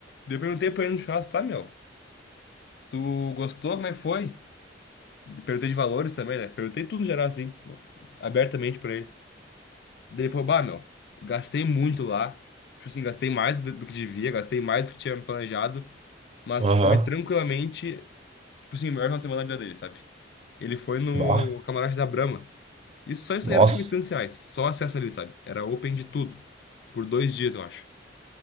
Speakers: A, on the left; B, on the right.
A: Daí eu perguntei pra ele no churrasco, tá, meu? Tu gostou? Como é que foi? Perguntei de valores também, né? Perguntei tudo no geral, assim, abertamente pra ele. Daí ele falou, bah, meu, gastei muito lá. Tipo assim, gastei mais do do que devia, gastei mais do que tinha planejado. Mas
B: Aham.
A: foi tranquilamente, tipo assim, o melhor final de semana da vida dele, sabe? Ele foi no
B: Bah.
A: camarote da Brahma. Isso só isso
B: Nossa.
A: aí era tipo 800 reais. Só o acesso ali, sabe? Era open de tudo. Por dois dias, eu acho.